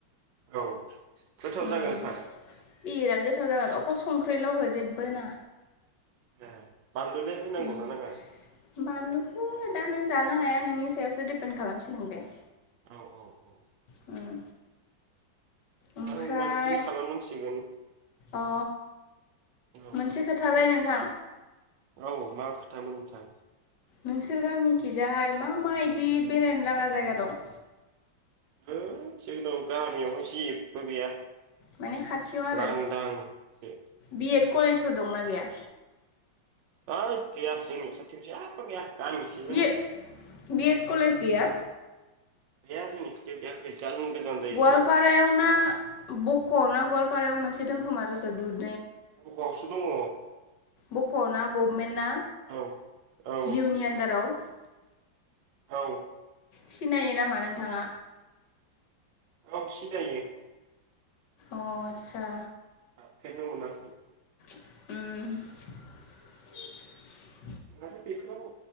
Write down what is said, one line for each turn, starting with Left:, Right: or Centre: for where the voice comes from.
Right: औ गोथाव
Left: उम
Right: जागोनफा
Left: बिराद गोथाव जागोन अखल संख्रिल' हो जेब्बो होनाङा
Right: ए बानलुलाय होनांगौ
Left: उम
Right: ना नाङा?
Left: बानलुखौ दा नों जानो हाया नोंनि सायावसो डिपेन्ड खालामसिगोन बे
Right: औ औ औ
Left: उम
Right: ना
Left: ओमफ्राय
Right: होमबा बिदिनो खालामनांसिगोन
Left: अ
Right: औ
Left: मोनसे खोथालाय नोंथां
Right: औ मा खोथामोन नोंथां
Left: नोंसोरो मुखिजाहाय मा मा इदि बेरायनो लागा जायगा दं
Right: धोइ जोंनाव गामियावहाय जेब्बो गैया
Left: माने खाथियाव आरो
Right: लांदांसो
Left: बिएड कलेजफोर दंना गैया
Right: आद गैया जोंनि खाथिआव जेब्बो गैया गामिसो जोंना
Left: बिएड बिएड कलेज गैया
Right: गैया जोंनि खोथायाव गैया बेसां गोजान जायो
Left: गवालपारायाव
Right: जोंना
Left: ना बक'आव ना गवालपारायाव मोनसे दों खोमा दस दु <unintelligible>
Right: अ बक' आवसो दङ'
Left: बख'वना गभमेन्टना
Right: औ औ
Left: जिउनि आन्दाराव
Right: औ
Left: सिनायो नामा नोंथाङा
Right: औ सिनायो
Left: अ आतसा
Right: हाबफेरनो मोनाखै
Left: उम
Right: नाथाय बेफोराव